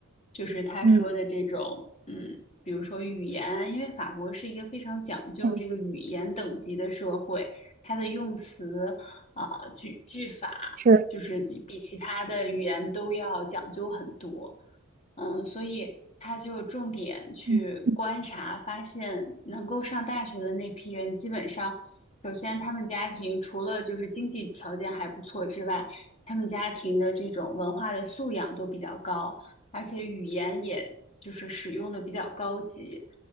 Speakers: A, on the left (about 30°); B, on the right (about 40°).
A: 就是他说的这种，
B: 嗯
A: 嗯，比如说语言啊，因为法国是一个非常讲究这个语言等级的社会，
B: 嗯，
A: 它的用词啊、呃句句法，
B: 是，
A: 就是比其他的语言都要讲究很多。嗯，所以他就重点去观察，
B: 嗯
A: 发现能够上大学的那批人，基本上首先，他们家庭除了就是经济条件还不错之外，他们家庭的这种文化的素养都比较高，而且语言也就是使用的比较高级。